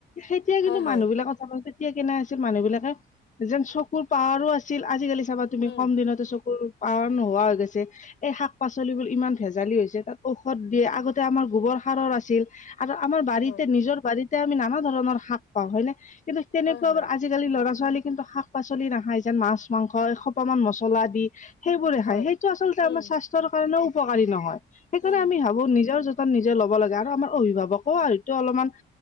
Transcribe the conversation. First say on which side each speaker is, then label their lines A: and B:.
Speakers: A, on the left; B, on the left.
A: তেতিয়াই
B: হয়
A: কিন্তু
B: হয়
A: মানুহ বিলাকত চাব দে তেতিয়া কেনে আছিল মানুহ বিলাকে, যেন চকুৰ পাৱাৰো আছিল। আজিকালি চাবা তুমি
B: উম
A: কম দিনতে চকুৰ পাৱাৰ নোহোৱা হৈ গৈছে। এই শাক-পাচলিবোৰ ইমান ভেজালি হৈছে তাত ঔষধ দিয়ে। আগতে আমাৰ গোৱৰ সাৰৰ আছে। আছিল। আৰু আমাৰ
B: হয়
A: বাৰীতে,
B: হয়
A: নিজৰ বাৰীতে, আমি নানা ধৰণৰ শাক পাওঁ, হয় নে? কিন্তু তেনেকুৱা
B: হয় হয়
A: আ- আজিকালি ল'ৰা-ছোৱালী কিন্তু শাক-পাচলি নাখায়, যেন মাছ মাংস এসোপামান মছলা দি সেইবোৰে
B: হয়
A: খাই, সেইটো আচলতে
B: উম
A: আমাৰ স্বাস্থ্যৰ কাৰণেও উপকাৰী নহয় সেইকাৰণে
B: উম
A: আমি ভাবোঁ', নিজৰ যতন নিজে ল'ব লাগে আৰু আমাৰ অভিভাৱকো সেইটো অলপমান',